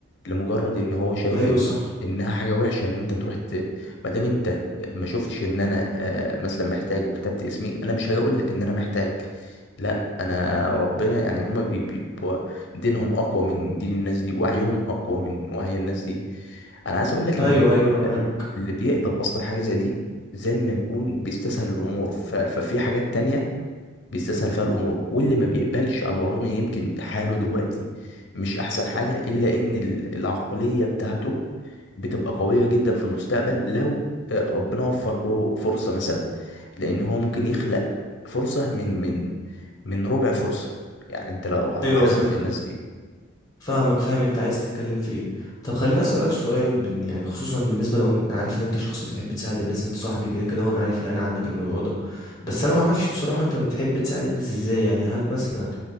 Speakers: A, on the left; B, on the left.
A: لمجرد ان هو شايف
B: ايوه
A: ان
B: صح
A: انها حاجه وحشه ان انت تروح ت... ما دام انت ما شفتش ان انا آه مثلا محتاج وكتبت اسمي انا مش هاجي اقول لك ان انا محتاج لا انا ربنا يعني هما بي... بي... بيبقوا دينهم اقوى من دين الناس دي وعيهم اقوى من وعي الناس دي انا عايز اقول لك
B: ايوه
A: ان اللي بيقبل
B: ايوه انا معاك
A: اللي بيقبل اصلا حاجه زي دي زي ما يكون بيستسهل الامور ف... ففي حاجات تانية بيستسهل فيها الامور واللي ما بيقبلش على الرغم يمكن حاله دلوقتي مش احسن حاجه الا ان ال- العقليه بتاعته بتبقى قويه جدا في المستقبل لو آه، ربنا وفر له فرصه مثلا لان هو ممكن يخلق فرصه من من من ربع فرصه يعني انت لو هتلاحظها
B: ايوه فهمتك
A: في الناس دي
B: فاهمك فاهم انت عايز تتكلم في ايه طب خليني اسالك سؤال بن يعني خصوصا بالنسبه لو انت انا عارف ان انت شخص بتحب تساعد الناس انت صاحبي كده كده وانا عارف يعني عنك الموضوع ده بس انا ما اعرفش بصراحه انت بتحب تساعد الناس ازاي يعني هل مثلا